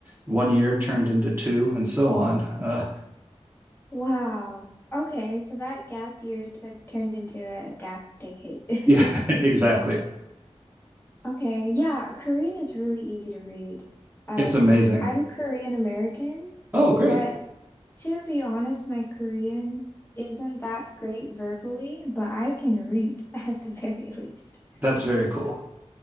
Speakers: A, on the right; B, on the left.
A: one year turned into two, and so on. Uh,
B: Wow. Okay, so that gap year took turned into a gap decade. <laughs>
A: yeah, <laughs> exactly.
B: Okay, yeah, Korean is really easy to read. Um,
A: It's amazing.
B: I'm Korean American,
A: Oh, great.
B: but to be honest, my Korean isn't that great verbally, but I can read <laughs> at the very least.
A: That's very cool.